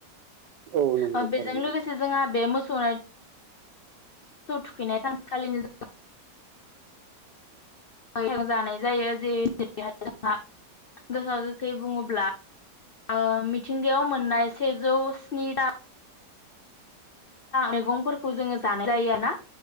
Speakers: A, on the right; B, on the left.
A: औ नंगौ
B: ओ
A: थारैनो
B: बेजों लोगोसे जोहा बे मो सौ थुखैनाय सानखालिनो जोंङो <unintelligible> जानाय जायो जेरैहाय जोंहा गोखा-गोखै बुङोब्ला ओ मिथिंगायाव मोननाय सेजौ स्नि टा मैगंफोरखौ जोङो जानाय जायो आरो ना